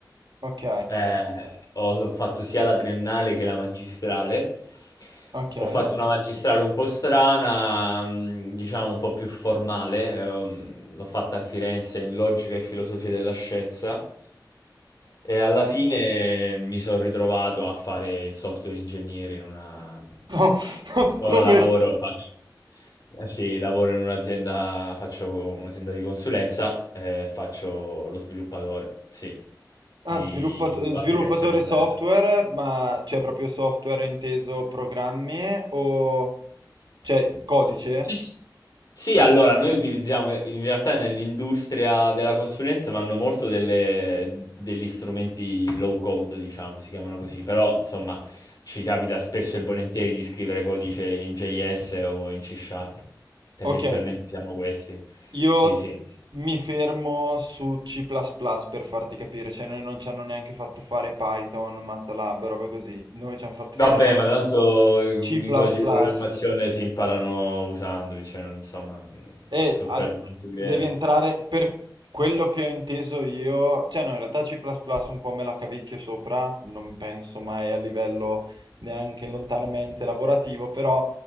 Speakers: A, on the right; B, on the left.
A: Ok,
B: Eh, ho fatto sia la triennale che la magistrale.
A: ok.
B: Ho
A: Eccolo.
B: fatto una Ok. magistrale un po' strana, mh, diciamo un po' più formale. ehm, L'ho fatta a Firenze in logica e filosofia della scienza. E alla fine mi son ritrovato a fare il software engineer in una
A: No, no,
B: ora
A: come...
B: lavoro, faccio eh sì, lavoro in un'azienda faccio un'azienda di consulenza e faccio lo sviluppatore, sì, di
A: Ah, sviluppato-
B: u
A: eh, sviluppatore
B: applicazioni
A: software,
B: web.
A: ma c'è proprio software inteso programmi o... Cioè, codice?
B: Sì, s Sì, allora noi utilizziamo in realtà nell'industria della consulenza vanno molto delle, degli strumenti low code, diciamo, si chiamano così, però insomma ci capita spesso e volentieri di scrivere codice in JS o in C Sharp. Tendenzialmente
A: Ok,
B: siamo questi.
A: Io
B: Sì, sì.
A: mi fermo su C++ plus plus per farti capire, cioè noi non ci hanno neanche fatto fare Python, MATLAB, robe così, noi ci hanno fatto
B: Vabbè,
A: fare
B: ma tanto i
A: C++. plus
B: linguaggi
A: plus.
B: di programmazione si imparano usandoli, cioè insomma,
A: E
B: su
A: al-
B: quello non ti crede.
A: devi entrare per quello che ho inteso io, cioè no, in realtà C++ un po' me la cavicchio sopra, non penso mai a livello neanche lontanamente lavorativo, però